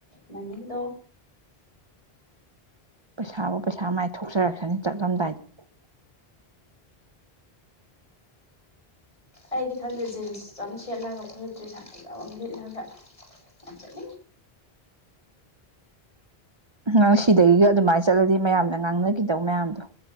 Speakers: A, on the left (about 30°); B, on the right (about 30°).
A: ꯃꯅꯤꯗꯣ
B: ꯄꯩꯁꯥꯕꯨ ꯄꯩꯁꯥ ꯃꯥꯏ ꯊꯣꯛꯆꯔꯛꯁꯅꯤ ꯆꯠꯂꯝꯗꯥꯏꯗ
A: ꯑꯩꯗꯤ ꯈꯪꯗꯦ ꯖꯤꯟꯁ ꯑꯃ ꯁꯦꯠꯂꯒ ꯐꯣ ꯂꯤꯠꯇ꯭ꯔꯤ ꯁꯥꯇꯖ ꯑꯃꯝ ꯂꯤꯠꯂꯒ ꯑ ꯆꯠ
B: ꯅꯪ ꯁꯤꯗꯒꯤꯒ ꯑꯗꯨꯃꯥꯏꯅ ꯆꯠꯂꯗꯤ ꯃꯌꯥꯝꯅ ꯉꯥꯡꯅꯈꯤꯗꯧ ꯃꯌꯥꯝꯗꯣ